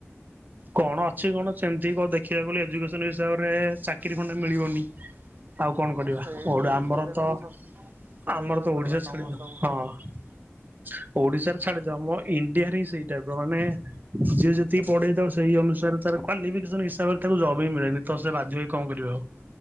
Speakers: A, on the right; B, on the right.
A: କଣ ଅଛି କଣ ସେମତି କ ଦେଖିବାକୁ କଲେ ଏଜୁକେସନ ହିସାବରେ ଚାକିରି ଖଣ୍ଡେ ମିଳିବନି। ଆଉ କଣ କରିବା
B: ହଁ ସେଇଟା
A: ଓଡ୍ ଆମର
B: ସେଇଟା
A: ତ
B: ବି ସ ସେଇଟା
A: ଆମର
B: ବି ସତ
A: ତ
B: କଥା
A: ଓଡିଶାରେ
B: ସମସ୍ତଙ୍କୁ
A: ଛାଡିଦିଅ ହଁ ଓଡିଶାରେ ଛାଡିଦିଅ ମୋ ଇଣ୍ଡିଆରେ ହିଁ ସେଇ ଟାଇପର ମାନେ ଯିଏ ଯେତିକି ପଢେଇଥାଉ ସି ସେଇ ଅନୁସାରେ ତାର କ୍ୱାଲିଫିକେସନ ହିସାବରେ ତାକୁ ଜବ୍ ବିଁ ମିଳେନି ତ ସେ ବାଧ୍ୟ ହୋଇକି କଣିବ ଆଉ।